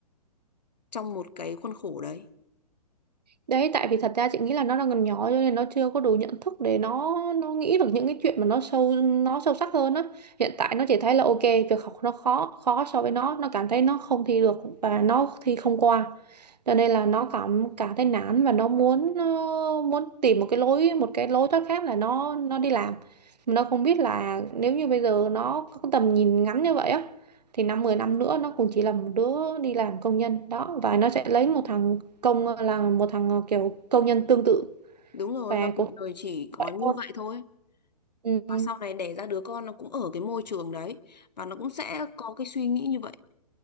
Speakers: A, on the left; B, on the right.
A: trong một cái khuôn khổ đấy.
B: Đấy, tại vì thật ra chị nghĩ là nó đang còn nhỏ cho nên nó chưa có đủ nhận thức để nó nó nghĩ được những cái chuyện mà nó sâu nó sâu sắc hơn á. Hiện tại nó chỉ thấy là ok, việc học nó khó khó so với nó, nó cảm thấy nó không thi được và nó thi không qua. Cho nên là nó cảm cảm thấy nản và nó muốn ờ, muốn tìm một cái lối một cái lối thoát khác là nó nó đi làm. Mà nó không biết là nếu như bây giờ nó có cái tầm nhìn ngắn như vậy á thì năm 10 năm nữa nó cũng chỉ là một đứa đi làm công nhân đó và nó sẽ lấy một thằng công là một thằng ờ, kiểu công nhân tương tự
A: Đúng rồi
B: và
A: và cuộc
B: cũng
A: đời chỉ có
B: vậy
A: như
B: thôi
A: vậy thôi.
B: ừ.
A: Và sau này đẻ ra đứa con nó cũng ở cái môi trường đấy và nó cũng sẽ có cái suy nghĩ như vậy